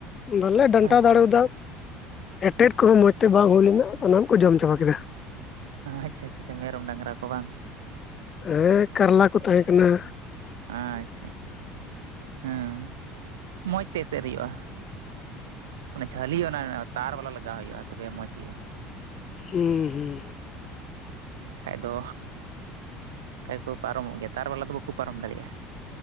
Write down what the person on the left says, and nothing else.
ᱵᱟᱞᱮ ᱰᱟᱱᱴᱟ
ᱫᱟᱲᱮᱣᱟᱫᱟ ᱮᱴᱮᱫ ᱠᱚᱦᱚᱸ ᱢᱚᱸᱡᱽ ᱛᱮ ᱵᱟᱝ ᱦᱩᱭ ᱞᱮᱱᱟ ᱥᱟᱱᱟᱢ ᱠᱚ ᱡᱚᱢ ᱪᱟᱵᱟ ᱠᱮᱫᱟ ᱾
ᱦᱮᱸ ᱠᱟᱨᱞᱟ ᱠᱚ ᱛᱟᱦᱮᱸ ᱠᱟᱱᱟ ᱾
ᱦᱩᱸ ᱦᱩᱸ ᱾